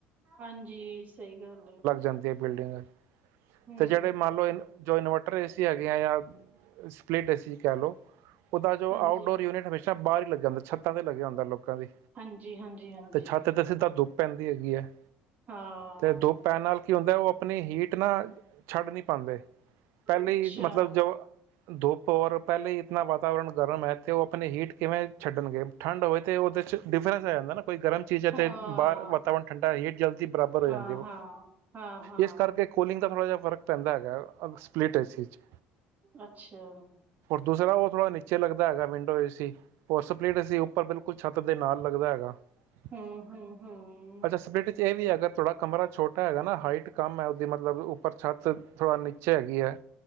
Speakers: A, on the right; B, on the right.
A: ਹਾਂਜੀ ਸਹੀ ਗੱਲ ਹੈ।
B: ਜਾਂਦੀ ਹੈ ਬਿਲਡਿੰਗ
A: ਹੂੰ
B: ਤੇ ਜਿਹੜੇ ਮੰਨ ਲਓ ਇਹ ਜੋ ਇਨਵਰਟਰ ਏ ਸੀ ਹੈਗੇ ਹੈ ਜਾਂ ਸਪਲਿਟ ਏ ਸੀ ਕਹ ਲੋ ਉਦਾ ਜੋ
A: ਹਾਂਜੀ
B: ਆਊਟ ਡੋਰ ਯੂਨਿਟ ਹਮੇਸ਼ਾ ਬਾਹਰ ਈ ਲੱਗ ਜਾਂਦਾ ਛਤਾ ਤੇ ਲੱਗ ਜਾਂਦਾ ਲੋਕ ਕਾਂ ਦੀ
A: ਹਾਂਜੀ ਹਾਂਜੀ ਹਾਂਜੀ
B: ਤੇ ਛੱਤ ਤੇ ਸਿੱਧਾ ਧੁੱ ਪੈਂਦੀ ਹੈਗੀ ਹੈ।
A: ਹਾਂ
B: ਤੇ ਧੂੱਪ ਪੈਣ ਨਾਲ ਕੀ ਹੁੰਦਾ ਉਹ ਆਪਣੀ ਹੀਟ ਨਾ ਛੱਡ ਨਹੀਂ ਪਾਂਦੇ ਪਹਿਲੇ
A: ਅੱਛਾ
B: ਮਤਲਬ ਜੋ ਧੁੱਪ ਔਰ ਪਹਿਲੇ ਆਪਣਾ ਵਾਤਾਵਰਨ ਗਰਮ ਹੈ ਤੇ ਉਹ ਆਪਣੇ ਹੀਟ ਕਿਵੇਂ ਛੱਡਣਗੇ ਠੰਡ ਹੋਵੇ ਤਾਂ ਉਹਦੇ ਚ ਡਿਫਰੈਂਸ ਆ ਜਾਂਦਾ ਨਾ ਕੋਈ ਗਰਮ ਚੀਜ਼ ਹੈ
A: ਹਾਂ
B: ਤੇ ਬਾਹਰ ਵਾਤਾਵਰਨ ਠੰਡਾ ਹੀਟ ਜਲਦੀ ਬਰਾਬਰ ਹੋ
A: ਹਾਂ-ਹਾਂ,
B: ਜਾਂਦੀ ਹੈ,
A: ਹਾਂ-ਹਾਂ।
B: ਇਸ ਕਰਕੇ ਕੂਲਿੰਗ ਦਾ ਥੋੜ੍ਹਾ ਜਿਹਾ ਫ਼ਰਕ ਪੈਂਦਾ ਹੈਗਾ। ਸਪਲਿਟ ਏਸੀ ਚ
A: ਅੱਛਾ
B: ਦੂਸਰਾ ਉਹ ਥੋੜਾ ਨੀਚੇ ਲੱਗਦਾ ਹੈਗਾ। ਵਿੰਡੋ ਏ ਸੀ, ਹੋਰ ਸਪਲਿਟ ਏ ਸੀ ਉੱਪਰ ਬਿਲਕੁਲ ਛੱਤ ਦੇ ਨਾਲ ਲੱਗਦਾ ਹੈ।
A: ਹੂੰ,
B: <unintelligible>
A: ਹੂੰ, ਹੂੰ।
B: ਅੱਛਾ ਸਪਲਿਟਟ ਚ ਇਹ ਵੀ ਹੈ ਅਗਰ ਥੋੜਾ ਕਮਰਾ ਛੋਟਾ ਹੈਗਾ ਨਾ ਹਾਈਟ ਕੰਮ ਹੈ ਉਹਦੀ ਮਤਲਬ ਪਰ ਛੱਤ ਥੋੜ੍ਹਾ ਨੀਚੇ ਹੈਗੀ ਹੈ।